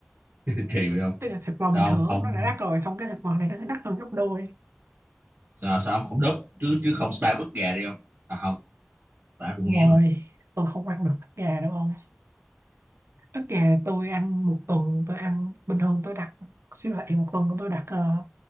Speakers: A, on the right; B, on the right.
A: kỳ vậy không
B: tức là thịt bò
A: sao
B: bình thường
A: ông
B: ở
A: không
B: Úc nó đã đắt rồi xong cái thịt bò này nó sẽ đắt hơn gấp đôi
A: sao, sao ông không đớp chứ chứ không spam ức gà đi không à không ta cũng
B: rồi
A: ngán không
B: tôi không ăn được ức gà đâu không ức gà tôi ăn một tuần tôi ăn bình thường tôi đặt siêu thị một tuần tôi đặt ờ,